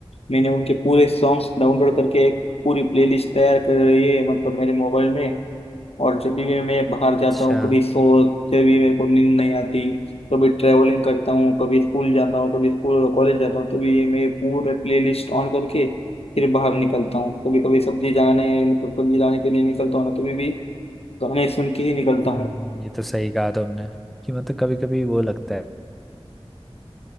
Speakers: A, on the left; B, in the centre.
A: मैंने उनके पूरे सॉन्ग्स डाउनलोड करके एक पूरी प्लेलिस्ट तैयार कर रही है मतलब मेरे मोबाइल में और जब भी मैं बाहर जाता
B: अच्छा
A: हूँ कभी सो जब भी मेरे को नींद नहीं आती कभी ट्रैवलिंग करता हूँ कभी स्कूल जाता हूँ कभी स्कूल कॉलेज जाता हूँ तभी ये मैं पूरे प्लेलिस्ट ऑन करके फिर बाहर निकलता हूँ कभी कभी सब्जी जाने मतलब सब्जी लाने के लिए निकलता हूँ ना तभी भी गाने सुन के ही निकलता
B: हम्म
A: हूँ
B: ये तो सही कहा तुमने कि मतलब कभी कभी वो लगता है